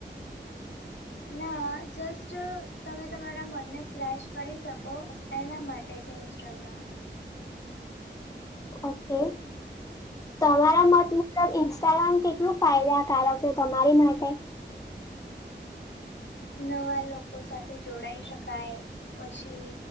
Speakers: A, on the left; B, on the left.
A: ના જસ્ટ તમે તમારા મનને ફ્રેશ કરી શકો એના માટે છે ઇન્સ્ટાગ્રામ
B: ઓકે તમારા
A: હા
B: મતમાં મલ ઇન્સ્ટાગ્રામ કેટલું ફાયદાકારક છે તમારી માટે
A: નવા લોકો સાથે જોડાઈ શકાય પછી